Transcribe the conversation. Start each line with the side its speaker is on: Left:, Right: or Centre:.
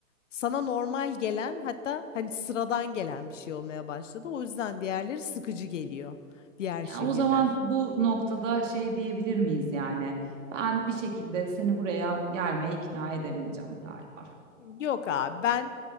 Left: sana normal gelen hatta hani sıradan gelen bir şey olmaya başladı. O yüzden diğerleri sıkıcı geliyor diğer
Right: Ya
Left: şehirler.
Right: o zaman bu noktada şey diyebilir miyiz yani? Ben bir şekilde seni buraya gelmeye ikna edemeyeceğim galiba.
Left: Yok abi ben